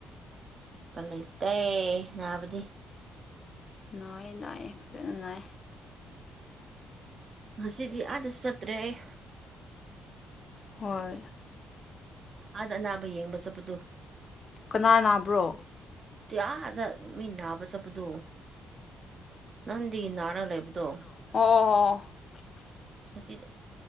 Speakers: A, on the right (about 40°); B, on the left (about 45°).
A: ꯎꯄꯥꯏ ꯂꯩꯇꯦ ꯅꯥꯕꯗꯤ
B: ꯅꯥꯥꯏꯌꯦ ꯅꯥꯏꯌꯦ ꯐꯖꯟꯅ ꯅꯥꯏ
A: ꯉꯁꯤꯗꯤ ꯑꯗꯁꯨ ꯆꯠꯇ꯭ꯔꯦ ꯑꯩ
B: ꯍꯣꯏ
A: ꯑꯥꯗ ꯑꯅꯥꯕ ꯌꯦꯡꯕ ꯆꯠꯄꯗꯨ
B: ꯀꯅꯥ ꯅꯥꯕ꯭ꯔꯣ
A: ꯇꯤꯑꯥꯗ ꯃꯤ ꯅꯥꯕ ꯆꯠꯄꯗꯣ ꯅꯍꯟꯗꯒꯤ ꯅꯔꯥ ꯂꯩꯕꯗꯣ
B: ꯑꯣ ꯑꯣ ꯑꯣꯑꯣ
A: ꯉꯁꯤꯗꯣ